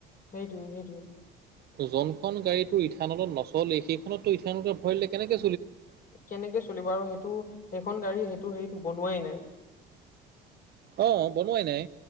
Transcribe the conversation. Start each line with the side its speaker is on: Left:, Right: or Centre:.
Left: সেইটোৱ, সেইটোৱ।
Right: যোনখন গাড়ী তোৰ ইথানত নচলে সেইখনতটো ইথানত ভৰিলে কেনেকে
Left: কেনেকে চলিব আৰু সেইটো সেইখন গাড়ী সেইটো হেৰিত বনোৱাই নাই।
Right: অ, বনোৱাই নাই।